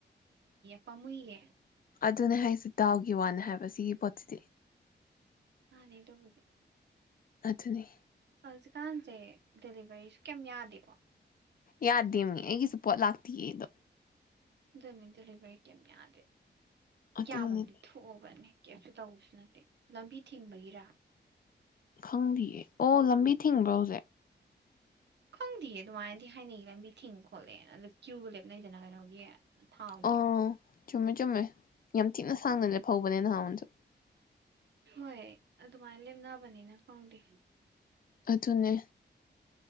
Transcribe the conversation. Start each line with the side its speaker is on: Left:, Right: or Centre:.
Right: ꯄꯃꯨꯏꯌꯦꯦ
Left: ꯑꯗꯨꯅꯦ ꯍꯥꯏꯁꯦ ꯗꯥꯎꯒꯤ ꯋꯥꯅ ꯍꯥꯏꯕ ꯁꯤꯒꯤ ꯄꯣꯠꯁꯤꯗꯤ
Right: ꯃꯥꯅꯦ ꯗꯨꯕꯨꯗꯤ
Left: ꯑꯗꯨꯅꯦ
Right: ꯍꯧꯖꯤꯛꯀꯥꯟꯁꯦ ꯗꯦꯂꯤꯚꯔꯤꯁꯨ ꯀꯌꯥꯝ ꯌꯥꯗꯦꯀꯣ
Left: ꯌꯥꯗꯦꯕꯅꯤ ꯑꯩꯒꯤꯁꯨ ꯄꯣꯠ ꯂꯥꯛꯇꯌꯦ ꯑꯩꯗꯣ
Right: ꯗꯨꯅꯤ ꯗꯤꯂꯤꯕ꯭ꯔꯤ ꯀꯦꯝ ꯌꯥꯗꯦ
Left: ꯑꯗꯨꯅꯤ
Right: ꯌꯥꯝꯕꯝꯗꯤ ꯊꯣꯛꯑꯕꯅꯦ ꯀꯦꯝꯁꯨ ꯇꯧꯕꯁꯨ ꯅꯠꯇꯦ ꯂꯝꯕꯤ ꯊꯤꯡꯕꯒꯤꯔ
Left: ꯈꯪꯗꯤꯌꯦ ꯑꯣ ꯂꯝꯕꯤ ꯊꯤꯡꯕ꯭ꯔꯣ ꯍꯧꯖꯤꯛ
Right: ꯈꯪꯗꯦꯌꯦ ꯑꯗꯨꯃꯥꯏꯅꯗꯤ ꯍꯥꯏꯅꯩꯒꯤ ꯂꯝꯕꯤ ꯊꯤꯡ ꯈꯣꯠꯂꯦ ꯑꯗꯨ ꯀ꯭ꯌꯨꯒ ꯂꯦꯞꯅꯩꯗꯅ ꯀꯩꯅꯣꯒꯤ ꯊꯥꯎꯒꯤ
Left: ꯑꯣ ꯆꯨꯝꯃꯦ ꯆꯨꯝꯃꯦ ꯌꯥꯝ ꯊꯤ ꯅ ꯁꯥꯡꯅ ꯂꯦꯞ ꯐꯧꯕꯅꯦ ꯅꯍꯥꯟꯁꯨ
Right: ꯍꯣꯏ ꯑꯗꯨꯃꯥꯏ ꯂꯦꯞꯅꯕꯅꯤꯅ ꯈꯪꯗꯦ
Left: ꯑꯗꯨꯅꯦ